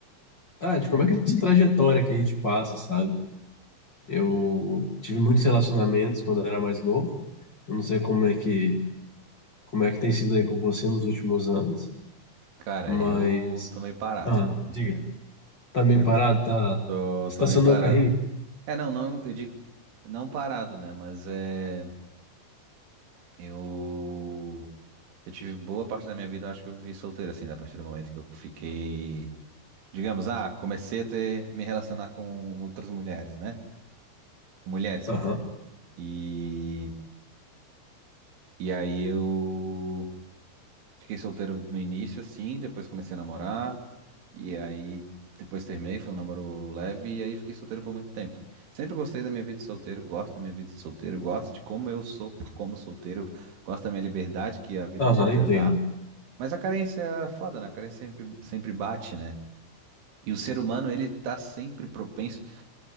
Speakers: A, on the left (about 35°); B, on the right (about 80°).
A: ah, de como é que é essa trajetória que a gente passa, sabe? Eu tive muitos relacionamentos quando eu era mais novo. Eu não sei como é que como é que tem sido aí com você nos últimos anos,
B: Cara,
A: mas.
B: eu tô meio parado.
A: Ah,
B: <laughs>
A: diga. Tá meio
B: Eu
A: parado? Tá.
B: tô,
A: Estacionou
B: tô meio parado.
A: o carrinho?
B: É, não, não, eu digo, não parado, né? Mas é, eu, eu tive boa parte da minha vida, eu acho que eu vivi solteiro, assim, né? A partir do momento que eu fiquei, digamos, ah, comecei a ter, me relacionar com outras mulheres, né? Com mulheres,
A: Aham,
B: quer dizer. E, e aí eu Fiquei solteiro no início, assim, depois comecei a namorar, e aí depois terminei, foi um namoro leve, e aí fiquei solteiro por muito tempo. Sempre gostei da minha vida de solteiro, gosto da minha vida de solteiro, gosto de como eu sou como solteiro, gosto da minha liberdade que a vida
A: aham,
B: de solteiro
A: entendo.
B: dá. Mas a carência é foda, né? A carência sempre, sempre bate, né? E o ser humano, ele tá sempre propenso